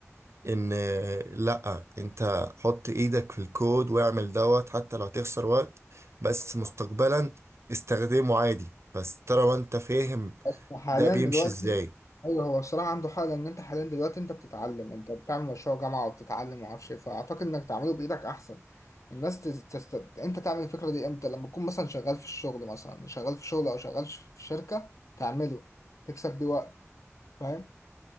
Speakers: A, on the right; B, on the left.
A: ان آه، لا انت حط ايدك في الكود واعمل دوت حتى لو تخسر وقت بس مستقبلا استخدمه عادي بس ترى وانت فاهم
B: بس حاليا
A: ده بيمشي
B: دلوقتي
A: ازاي
B: ايوه هو الصراحه عنده حق لان انت حاليا دلوقتي انت بتتعلم انت بتعمل مشروع جامعه وبتتعلم وما اعرفش ايه فاعتقد انك تعمله بايدك احسن الناس تز... تست... انت تعمل الفكره دي امتى لما تكون مثلا شغال في الشغل مثلا شغال في شغل او شغال في شركه تعمله تكسب بيه وقت فاهم